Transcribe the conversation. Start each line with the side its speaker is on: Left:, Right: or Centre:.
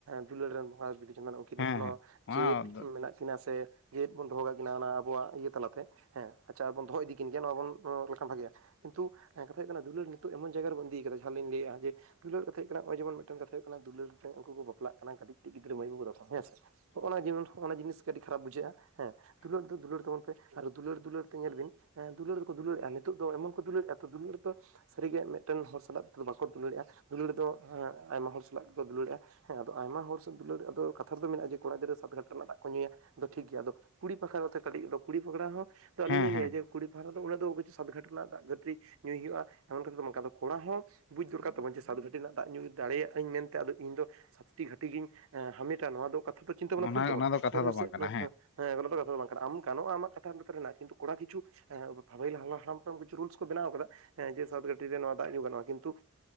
Right: ᱫᱩᱞᱟᱹᱲ ᱨᱮᱱ <unintelligible> ᱵᱤᱫᱩ ᱪᱟᱸᱫᱟᱱ ᱠᱤᱱ
Left: ᱦᱮᱸ
Right: ᱮᱠᱷᱚᱱᱚ
Left: ᱦᱮᱸ ᱚᱱᱟ
Right: ᱡᱮᱭᱮᱛ
Left: ᱫᱚ
Right: ᱢᱮᱱᱟᱜ ᱠᱤᱱᱟ ᱥᱮ ᱡᱮᱭᱮᱫ ᱵᱚᱱ ᱫᱚᱦᱚ ᱠᱟᱜ ᱠᱤᱱᱟ ᱚᱱᱟ ᱟᱵᱚᱣᱟᱜ ᱤᱭᱟᱹ ᱛᱟᱞᱟᱛᱮ, ᱦᱮᱸ ᱟᱪᱪᱷᱟ ᱟᱵᱚᱱ ᱫᱚᱦᱚ ᱤᱫᱤ ᱠᱤᱱ ᱜᱮᱭᱟ ᱱᱚᱣᱟ ᱵᱚᱱ ᱚ ᱞᱮᱠᱷᱟᱱ ᱵᱷᱟᱜᱮᱭᱟ, ᱠᱤᱱᱛᱩ ᱠᱟᱛᱷᱟ ᱦᱩᱭᱩᱜ ᱠᱟᱱᱟ ᱫᱩᱞᱟᱹᱲ ᱛᱳᱜ ᱮᱢᱚᱱ ᱡᱟᱭᱜᱟ ᱨᱮᱵᱚᱱ ᱤᱫᱤ ᱠᱮᱫᱟ ᱡᱟᱦᱟᱸ ᱞᱤᱧ ᱞᱮᱭᱟ ᱡᱮ ᱫᱩᱞᱟᱹᱲ ᱠᱟᱛᱷᱟ ᱦᱩᱭᱩᱜ ᱠᱟᱱᱟ ᱦᱚᱜᱼᱚᱭ ᱡᱮᱢᱚᱱ ᱢᱤᱫ ᱴᱟᱝ ᱠᱟᱛᱷᱟ ᱦᱩᱭᱩᱜ ᱠᱟᱱᱟ ᱫᱩᱞᱟᱹᱲ ᱛᱮ ᱩᱱᱠᱩ ᱠᱚ ᱵᱟᱯᱞᱟᱜ ᱠᱟᱱᱟ ᱠᱟᱹᱴᱤᱡ ᱠᱟᱹᱴᱤᱡ ᱜᱤᱫᱽᱨᱟᱹᱭ ᱢᱟᱹᱭ ᱵᱟᱹᱵᱩ ᱛᱟᱠᱚ ᱥᱟᱶ ᱦᱮᱸᱥᱮ, ᱦᱚᱜᱼᱚ ᱱᱚᱣᱟ ᱡᱤᱵᱚᱱ ᱦᱚᱜᱼᱚᱱᱟ ᱱᱤᱥ ᱠᱟᱹᱴᱤᱡ ᱠᱷᱟᱨᱟᱯ ᱵᱩᱡᱷᱟᱹᱜᱼᱟ, ᱦᱮᱸ ᱫᱩᱞᱟᱹᱲ ᱫᱚ ᱫᱩᱞᱟᱹᱲ ᱛᱟᱵᱚᱱ ᱯᱮ ᱟᱨ ᱫᱩᱞᱟᱹᱲ ᱫᱩᱞᱟᱹᱲ ᱛᱮ ᱧᱮᱞ ᱵᱤᱱ ᱦᱮᱸ ᱫᱩᱞᱟᱹᱲ ᱫᱚᱠᱚ ᱫᱩᱞᱟᱹᱲᱮᱜᱼᱟ ᱱᱤᱛᱚᱜ ᱫᱚ ᱮᱢᱚᱱ ᱠᱚ ᱫᱩᱞᱟᱹᱲᱭᱮᱜᱼᱟ ᱛᱚ ᱫᱩᱞᱟᱹᱲ ᱛᱚ ᱥᱟᱹᱨᱤᱜᱮ ᱢᱤᱫᱴᱮᱝ ᱦᱚᱲ ᱥᱟᱞᱟᱜ ᱛᱮᱫᱚ ᱵᱟᱠᱚ ᱫᱩᱞᱟᱹᱲᱮᱜᱼᱟ, ᱫᱩᱞᱟᱹᱲ ᱫᱚ ᱦᱮᱸ ᱟᱭᱢᱟ ᱦᱚᱲ ᱥᱟᱞᱟᱜ ᱜᱮᱠᱚ ᱫᱩᱞᱟᱹᱲᱮᱜᱼᱟ ᱾ ᱦᱮᱸ ᱟᱫᱚ ᱟᱭᱢᱟ ᱦᱚᱲ ᱥᱮᱫ ᱫᱩᱞᱟᱹᱲ ᱟᱫᱚ ᱠᱟᱛᱷᱟ ᱨᱮᱫᱚ ᱢᱮᱱᱟᱜᱼᱟ ᱡᱮ ᱠᱚᱲᱟ ᱜᱤᱫᱨᱟᱹ ᱥᱟᱛ ᱜᱷᱟᱴ ᱨᱮᱱᱟᱜ ᱫᱟᱜ ᱠᱚ ᱧᱩᱭᱟ, ᱟᱫᱚ ᱴᱷᱤᱠ ᱜᱮᱭᱟ ᱟᱫᱚ ᱠᱩᱲᱤ ᱯᱟᱠᱷᱟᱨᱟᱛᱮ ᱠᱟᱹᱴᱤᱡ ᱫᱚ ᱠᱩᱲᱤ ᱯᱟᱠᱷᱬᱟ ᱦᱚᱸ ᱛᱚ ᱟᱹᱞᱤᱧ
Left: ᱦᱮᱸ
Right: ᱞᱤᱧ
Left: ᱦᱮᱸ
Right: ᱞᱮᱭᱟ ᱡᱮ ᱠᱩᱲᱤ ᱯᱟᱦᱟᱨᱟ ᱫᱚ ᱩᱱᱟᱹᱜ ᱫᱚ ᱥᱟᱫᱷ ᱜᱷᱟᱰ ᱨᱮᱱᱟᱜ ᱫᱟᱜ ᱜᱟᱹᱴᱤ ᱧᱩᱭ ᱦᱩᱭᱩᱜᱼᱟ ᱮᱢᱚᱱ ᱠᱟᱛᱷᱟ ᱫᱚ ᱵᱟᱝ ᱠᱟᱱᱟ ᱠᱚᱲᱟ ᱦᱚᱸ ᱵᱩᱡ ᱫᱚᱨᱠᱟᱨ ᱛᱟᱵᱚᱱ ᱡᱮ ᱥᱟᱫᱷ ᱜᱷᱟᱹᱴᱤ ᱱᱟᱜ ᱫᱟᱜ ᱧᱩ ᱫᱟᱲᱮᱭᱟᱜ ᱟᱹᱧ ᱢᱮᱱᱛᱮ ᱟᱫᱚ ᱤᱧ ᱫᱚ ᱥᱟᱛᱴᱤ ᱜᱷᱟᱴᱤ ᱜᱤᱧ ᱮ ᱦᱟᱢᱮᱴᱟ ᱱᱚᱣᱟ ᱫᱚ ᱠᱟᱛᱷᱟ ᱫᱚ ᱪᱤᱱᱛᱟᱹ ᱵᱷᱟᱵᱱᱟ
Left: ᱚᱱᱟ
Right: ᱵᱷᱩᱞ ᱛᱟᱵᱚᱱ
Left: ᱚᱱᱟ ᱫᱚ ᱠᱟᱛᱷᱟ
Right: ᱪᱮᱫᱟᱜ ᱞᱟᱹᱭ
Left: ᱫᱚ
Right: ᱢᱮᱥᱮ
Left: ᱵᱟᱝ ᱠᱟᱱᱟ
Right: <inaudible> ᱦᱮᱸ ᱚᱱᱟ ᱫᱚ ᱠᱟᱛᱷᱟ ᱫᱚ ᱵᱟᱝ ᱠᱟᱱᱟ, ᱟᱢ ᱜᱟᱱᱚᱜᱼᱟ ᱟᱢᱟᱜ ᱠᱟᱛᱷᱟ ᱱᱚᱛᱮ ᱨᱮ ᱦᱮᱱᱟᱜᱼᱟ ᱠᱤᱱᱛᱩ ᱠᱚᱲᱟ ᱠᱤᱪᱷᱩ ᱮᱸ <unintelligible> ᱠᱷᱟᱢ ᱛᱚᱢ ᱠᱤᱪᱩ ᱨᱩᱞᱥ ᱠᱚ ᱵᱮᱱᱟᱣ ᱠᱟᱫᱟ ᱦᱮᱸ ᱡᱮ ᱥᱟᱫᱷᱽ ᱜᱷᱟᱹᱰᱤ ᱨᱮ ᱱᱚᱣᱟ ᱫᱟᱜ ᱧᱩ ᱜᱟᱱᱚᱜᱼᱟ, ᱠᱤᱱᱛᱩ